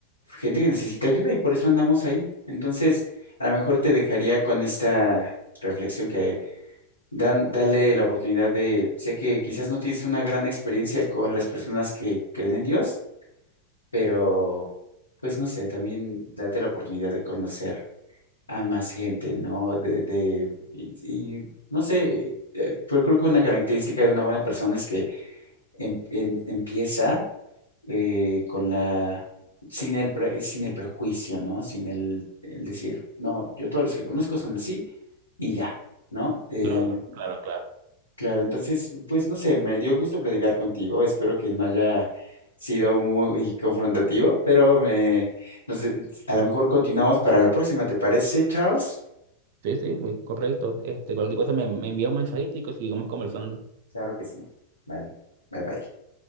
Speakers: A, on the left; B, on the right.
A: gente que necesita ayuda y por eso andamos ahí. Entonces, a lo mejor te dejaría con esta reflexión que dan, dale la oportunidad de, sé que quizás no tienes una gran experiencia con las personas que creen en Dios, pero pues no sé, también date la oportunidad de conocer a más gente, ¿no? De, de- y, y no sé, eh, pues creo que una característica de una buena persona es que em- em- empieza eh, con la, sin el, pre- sin el prejuicio, ¿no? Sin el, el decir, no, yo todos los que conozco son así y ya, ¿no? Eh,
B: claro, claro, claro.
A: claro, entonces, pues no sé, me dio gusto platicar contigo, espero que no haya sido muy confrontativo, pero me, nos- a lo mejor continuamos para la próxima, ¿te parece, Charles?
B: Sí, sí, muy correcto. Este, cualquier cosa me, me envía un mensajito y que sigamos conversando.
A: Claro que sí. Vale. Bye bye.